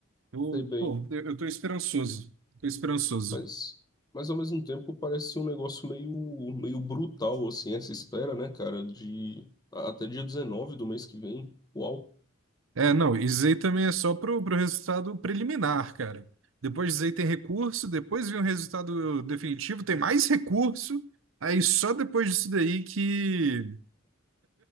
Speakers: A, on the right (about 65°); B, on the left (about 20°).
A: Eu,
B: sei bem.
A: pô, eu, eu tô esperançoso. Tô esperançoso.
B: Mas, mas ao mesmo tempo parece um negócio meio, meio brutal, assim, essa espera, né, cara, de a- até dia 19 do mês que vem. Uau!
A: É, não, e Zay também é só pro, pro resultado preliminar, cara. Depois de Zay tem recurso, depois vem o resultado definitivo, tem mais recurso. Aí só depois disso daí que.